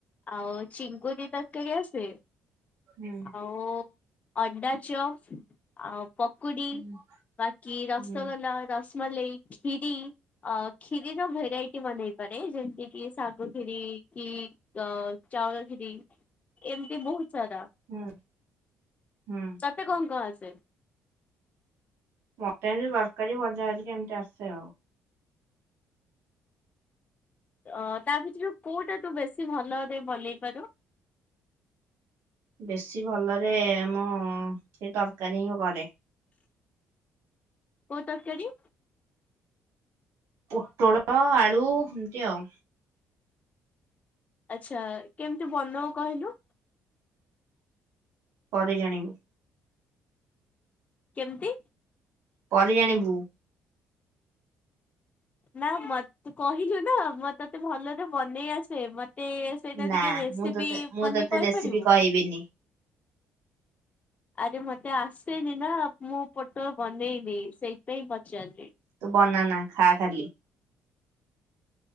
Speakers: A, on the left; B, on the right.
A: ଆଉ ଚିଙ୍ଗୁଡି ତରକାରୀ ଆସେ
B: ହୁଁ
A: ଆଉ ଅଣ୍ଡା ଚପ୍ ଆଉ ପକୁଡି।
B: ହୁଁ <inaudible>
A: ବାକି ରସଗୋଲା
B: ହୁଁ
A: ରସମଲେଇ ଖିରି। ଖିରି ର ଭେରାଇଟି ବନେଇ ପାରେ ଯେମିତି କି ଶାଗୁ ଖିରି କି ତ ଚାଉଳ ଖିରି ଏମିତି ବୋହୁତ ସାରା।
B: ହୁଁ ହୁଁ।
A: ତତେ କଣ କଣ ଆସେ?
B: ମତେ ଏମିତି ତରକାରୀ ଭଜା ହେରିକା ଏମିତି ଆସେ।
A: ଅ ତା ଭିତରୁ କୋଉଟା ତୁ ବେଶୀ ଭଲରେ ବନେଇ ପାରୁ?
B: ବେଶୀ ଭଲରେ ମୁଁ ସେ ତରକାରୀ ହିଁ ବନେ
A: କୋଉ ତରକାରୀ?
B: ପୋଟଳ ଆଳୁ ଏମିତି ଆଉ।
A: ଆଚ୍ଛା କେମିତି ବନୋଉ କହିଲୁ?
B: ପରେ ଜାଣିବୁ।
A: କେମତି?
B: ପରେ ଜାଣିବୁ।
A: ନା ମତୁ କହିଲୁ ନା ମ ତତେ ଭଲରେ ବନେଇ ଆସେ ମତେ ସେଇଟା
B: ନା
A: ଟିକେ ରେସିପି
B: ମୁଁ ତତେ ମୁଁ
A: ବନେଇ
B: ତତେ
A: କହିପାରିବୁ?
B: ରେସିପି କହିବିନି।
A: ଆରେ ମତେ ଆସେନି ନା ମୁଁ ପୋଟୋ ବନେଇନି ସେଇପାଇଁ ପଚାରିଲି।
B: ତୁ ବନାନା ଖା ଖାଲି।